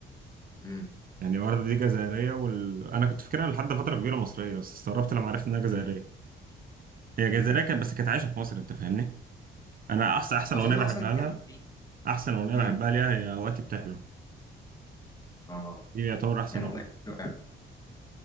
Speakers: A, on the left; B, on the right.
A: مم.
B: يعني الوردة دي جزائرية وال... أنا كنت فاكرها لحد فترة كبيرة مصرية بس استغربت لما عرفت إنها جزائرية
A: مم.
B: هي جزائرية
A: مم.
B: كانت بس كانت عايشة في مصر أنت فاهمني أنا
A: مم.
B: أحسن أحسن
A: اظن
B: أغنية بحبها
A: اصلا كان
B: لها
A: في
B: أحسن أغنية
A: مم.
B: بحبها ليها هي وقتي بتحلو
A: اه
B: دي يعتبر أحسن
A: يعني
B: أغنية
A: اغنيه حلوه يعني.